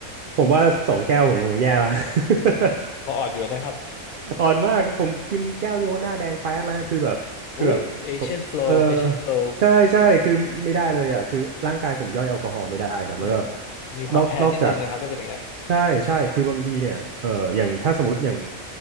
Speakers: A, on the right; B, on the left.
A: ผมว่าสองแก้วผมคงแย่แล้ว <laughs>
B: โอ้โหเขาอ่อนอยู่นะครับ
A: อ่อนมากผมกินแก้วเดียวหน้าแดงแป๊ดแล้วฮะคือแบบคือแบบผมเออ
B: อุ้ย Asian flow Asian glow โ
A: ใช่ใช่คือไม่ได้เลยอ่ะคือร่างกายผมย่อยแอลกอฮอล์ไม่ได้ครับแล้วก็
B: โอ้มีความแพ้นิดนึงนะครับถ้าเป็นอย่างเงี้ย
A: นอกนอกจากใช่ใช่คือบางทีเนี่ยเอออย่างถ้าสมมติอย่าง